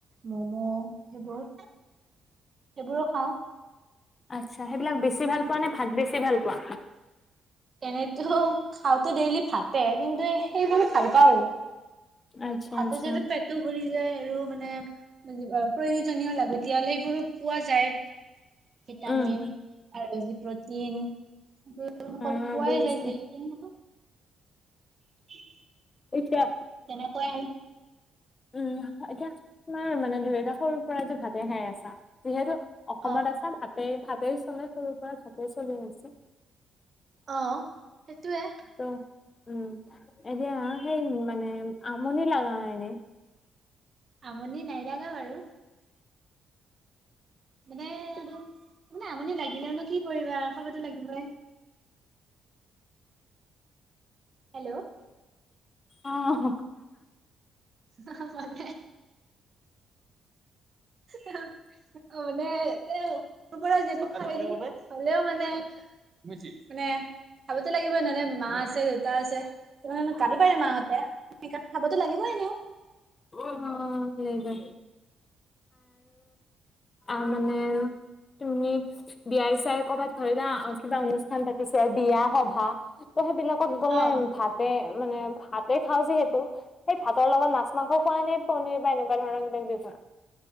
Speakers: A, on the right; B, on the left.
A: মম' সেইবোৰ সেইবোৰো খাওঁ
B: আচছা সেইবিলাক বেছি ভাল পোৱা নে ভাত বেছি ভাল পোৱা
A: এনেতো খাওঁতেো ডেইলি ভাতে কিন্তু সেইবে ভাল পাওঁ আৰু
B: আচ্ছা,
A: হাতত
B: আচ্ছা,
A: যটো পেটটো ভৰি যায় আৰু মানে প্ৰয়োজনীয় লাগতিয়াল সেইবোৰো পোৱা যায় ভিটামিন
B: উম,
A: আৰু প্ৰটিন সকলো
B: অ',
A: পোৱাই
B: বুজিছোঁ।
A: যায় যিহেতু স কি
B: এয়া
A: তেনেকৈ আৰু
B: উম এতিয়া তমাৰ মানে ধৰিোৱা সৰুৰ পৰাতো ভাতে খে আছা যিহেতু অসমত
A: অ
B: আছা ভাতে ভাত তাৰছ চনে সৰুৰ পৰা ঘতেেই চলি আহিছ
A: আহ সেইটোৱে
B: ত' উম এতিয়া সেই মানে আমনি লগা নাইনে
A: আমনি নাইলাগা বাৰু মানে আৰু মানে আমনি লাগিলেও কি কৰিবা খাবাতো লাগিব এ হেল্ল'
B: আহ
A: হ ভালে এ অ মানে তোৰ পৰা য খাই হ'লেও মানে বি মানে খাবতো লাগিব নহলে মা আছে দেউতা আছে তুমি কালিবাৰ মাহঁতে খাব তো লাগিবই এনেও
B: অহ, সেই দে। আ মানে তুমি বিয় চাই কৰ'বাত ধৰিলা কিবা অনুষ্ঠান পাতি, বিয়া সভা ত সেইবিলাকত গ'লে
A: অ
B: ভাতে মানে ভাতে খাওঁ যিহেতু, সেই ভাতৰ লগত নাচ মাংস খোৱা নে পনিৰ বা এনেকুৱা ধৰণৰ কিবা-কিবি খোৱা?